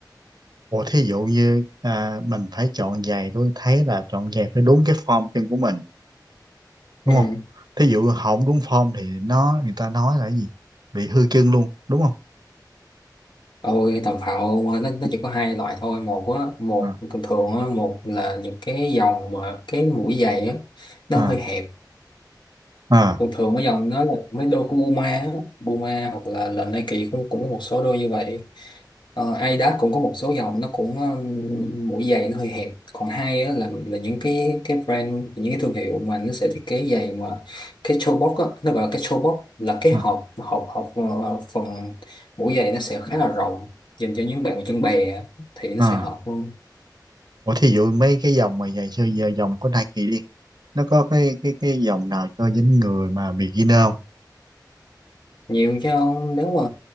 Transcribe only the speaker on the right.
Ủa thí dụ như à, mình phải chọn giày tôi thấy là chọn giày phải đúng cái form chân của mình đúng
không? Thí dụ không đúng form thì nó người ta nói là cái gì? Bị hư chân luôn đúng không?
À,
à,
à,
à,
à.
Ủa thí dụ mấy cái dòng mà giày siêu giờ dòng của Nike đi nó có cái cái cái dòng nào cho những người mà beginner không?